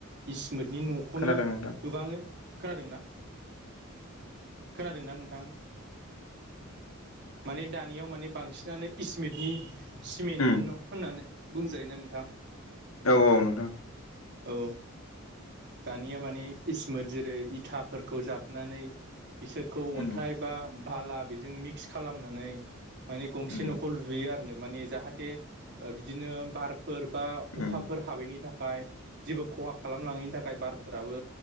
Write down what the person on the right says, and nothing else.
बिस इसमोथनि न'खौनो
गोबां खोनादोंना खोनादोंना नोंथां माने दानियाव माने बांसिनानो इसमिटनि सिमेन्टनि
न' होननानै बुंजायोना नोंथां
औ दानिया मानि इसमोत जेरै इथाफोरखौ जाबनानै बिसोरखौ अन्थाइ
बा बाला बेजों मिक्स खालामनानै माने गंसे
न'खौ लुयो आरो माने जाहाथे बिदिनो बार फोर बा अखाफोर
हाबैनि थाखाय जेबो खहा खालामलाङैनि थाखाय बारफोराबो